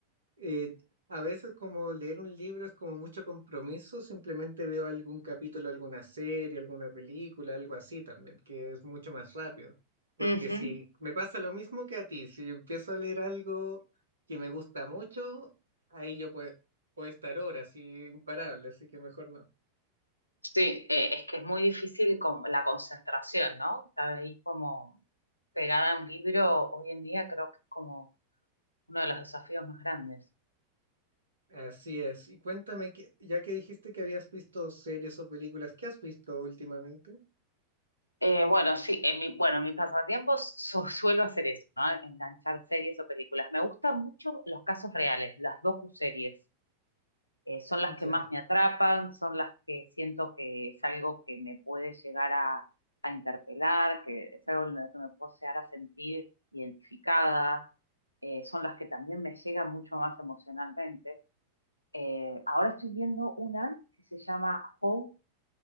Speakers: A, on the right (about 70°); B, on the left (about 85°).
A: Eh, a veces como leer un libro es como mucho compromiso, simplemente veo algún capítulo, alguna serie, alguna película, algo así también, que es mucho más rápido. Porque
B: Ujú.
A: si me pasa lo mismo que a ti, si empiezo a leer algo que me gusta mucho, ahí yo puedo, puedo estar horas y imparable, así que mejor no.
B: Sí, eh, es que es muy difícil con la concentración, ¿no? Estar ahí como pegada a un libro hoy en día creo que es como uno de los desafíos más grandes.
A: Así es. Y cuéntame, que, ya que dijiste que habías visto series o películas, ¿qué has visto últimamente?
B: Eh, bueno, sí, en mi, bueno, en mis pasatiempos <laughs> su- suelo hacer eso, ¿no? Enganchar series o películas. Me gustan mucho los casos reales, las docuseries. eh, son las
A: Ya.
B: que más me atrapan, son las que siento que es algo que me puede llegar a, a interpelar, que es algo en lo que me puedo llegar a sentir identificada, eh, son las que también me llegan mucho más emocionalmente. Eh, ahora estoy viendo una que se llama How